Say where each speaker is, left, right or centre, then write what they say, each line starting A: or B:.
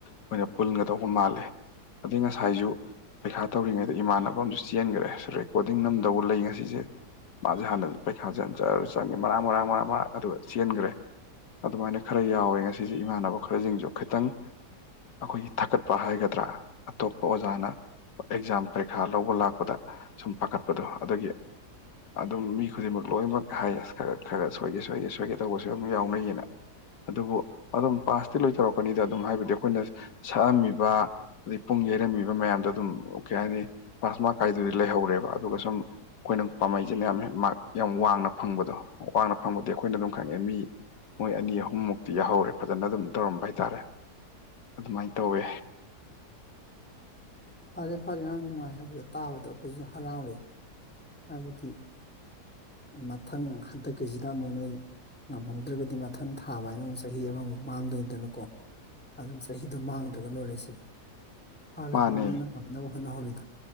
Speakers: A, on the left; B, in the centre.
A: ꯑꯣꯏꯅ ꯄꯨꯟꯒꯗꯧꯕ ꯃꯥꯜꯂꯦ ꯑꯗꯩ ꯉꯁꯥꯏꯖꯨ ꯄꯩꯈꯥ ꯇꯧꯔꯤꯉꯩꯗ ꯏꯃꯥꯟꯅꯕ ꯑꯃꯖꯨ ꯆꯦꯟꯒꯔꯦ ꯔꯦꯀꯣꯔꯗꯤꯡ ꯅꯝꯗꯧꯕ ꯂꯩ ꯉꯁꯤꯖꯦ ꯃꯥꯖꯦ ꯍꯥꯟꯅ ꯄꯩꯈꯥꯖꯦ ꯖꯔ ꯆꯪꯉꯦ ꯃꯔꯥꯡ ꯃꯔꯥꯡ ꯃꯔꯥꯡ ꯃꯔꯥꯡ ꯑꯗꯨꯒ ꯆꯦꯟꯒ꯭ꯔꯦ꯫ ꯑꯗꯨꯃꯥꯏꯅ ꯈꯔ ꯌꯥꯎꯋꯦ ꯉꯁꯤꯁꯦ ꯏꯃꯥꯟꯅꯕ ꯈꯔꯖꯤꯡꯖꯨ꯫ ꯈꯤꯇꯪ ꯑꯈꯣꯏꯒꯤ ꯊꯥꯀꯠꯄ ꯍꯥꯏꯒꯗ꯭ꯔꯥ ꯑꯇꯣꯞꯄ ꯑꯣꯖꯥꯅ ꯑꯦꯛꯖꯥꯝ ꯄꯔꯤꯈꯥ ꯂꯧꯕ ꯂꯥꯛꯄꯗ ꯁꯨꯝ ꯄꯥꯈꯠꯄꯗꯣ ꯑꯗꯨꯒꯤ ꯑꯗꯨꯝ ꯃꯤ ꯈꯨꯗꯤꯡꯃꯛ ꯂꯣꯏꯅꯃꯛ ꯍꯥꯏꯌꯦ ꯈꯔ ꯈꯔ ꯁꯣꯏꯒꯦ ꯁꯣꯏꯒꯦ ꯁꯣꯏꯒꯦ ꯇꯧꯕꯁꯨ ꯑꯗꯨꯝ ꯌꯥꯎꯅꯩꯌꯦꯅ꯫ ꯑꯗꯨꯕꯨ ꯑꯗꯨꯝ ꯄꯥꯁꯇꯤ ꯂꯣꯏ ꯇꯧꯔꯛꯀꯅꯤꯗ ꯑꯗꯨꯝ ꯍꯥꯏꯕꯗꯤ ꯑꯈꯣꯏꯅ ꯁꯛꯑꯝꯃꯤꯕ ꯑꯗꯩ ꯄꯨꯡ ꯌꯩꯔꯝꯃꯤꯕ ꯃꯌꯥꯝꯗꯣ ꯑꯗꯨꯝ ꯀꯩ ꯍꯥꯏꯅꯤ ꯄꯥꯁꯃꯥꯛ ꯀꯥꯏꯗꯨꯗꯤ ꯂꯩꯍꯧꯔꯦꯕ ꯑꯗꯨꯒ ꯁꯨꯝ ꯑꯈꯣꯏꯅ ꯄꯥꯝꯕꯩꯁꯤꯅ ꯌꯥꯝ ꯍꯦꯛ ꯃꯥꯛ ꯌꯥꯝ ꯋꯥꯡꯅ ꯐꯪꯕꯗꯣ ꯋꯥꯡꯅ ꯐꯪꯕꯗꯤ ꯑꯩꯈꯣꯏꯅ ꯑꯗꯨꯝ ꯈꯪꯉꯦ ꯃꯤ ꯃꯣꯏ ꯑꯅꯤ ꯑꯍꯨꯝꯃꯨꯛꯇꯤ ꯌꯥꯍꯧꯔꯦ ꯐꯖꯅ ꯑꯗꯨꯝ ꯇꯧꯔꯝꯕ ꯍꯥꯏꯇꯥꯔꯦ ꯑꯗꯨꯃꯥꯏ ꯇꯧꯋꯦ꯫
B: ꯐꯔꯦ ꯐꯔꯦ ꯅꯪ ꯅꯨꯡꯉꯥꯏ ꯍꯥꯏꯕꯗꯣ ꯇꯥꯕꯗꯣ ꯑꯈꯣꯏꯖꯨ ꯍꯔꯥꯎꯋꯦ ꯍꯥꯏꯕꯗꯤ ꯃꯊꯪ ꯍꯟꯗꯛꯀꯤꯖꯤꯗ ꯑꯃꯨꯛ ꯅꯣꯏ ꯉꯝꯍꯧꯗ꯭ꯔꯒꯗꯤ ꯃꯊꯪ ꯊꯥꯕ ꯍꯥꯏꯅ ꯑꯃꯨꯛ ꯆꯍꯤ ꯑꯃꯃꯨꯛ ꯃꯥꯡꯗꯣꯏꯅꯤꯗꯅꯀꯣ꯫ ꯑꯗꯨꯅ ꯆꯍꯤꯗꯣ ꯃꯥꯡꯗ꯭ꯔꯒ ꯂꯣꯏꯔꯦꯁꯦ ꯐꯔꯕꯅꯤ
A: ꯃꯥꯅꯦ
B: ꯅꯪꯅ ꯉꯝꯅꯕ ꯍꯣꯠꯅꯍꯧꯔꯤꯗꯣ꯫